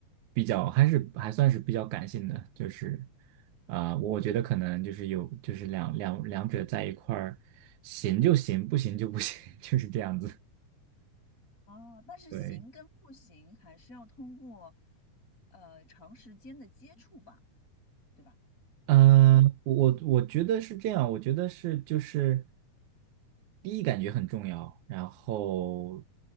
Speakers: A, on the right (about 75°); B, on the left (about 25°).
A: 比较还是还算是比较感性的，就是啊、我觉得可能就是有就是两两两者在一块儿行就行，不行就不行，<laughs> 就是这样子。
B: 哦，
A: <laughs>
B: 但是行跟不行还是要通过
A: 对。
B: 呃长时间的接触吧，对吧？
A: 嗯，
B: 我能。
A: 我我我觉得是这样，我觉得是就是第一感觉很重要，然后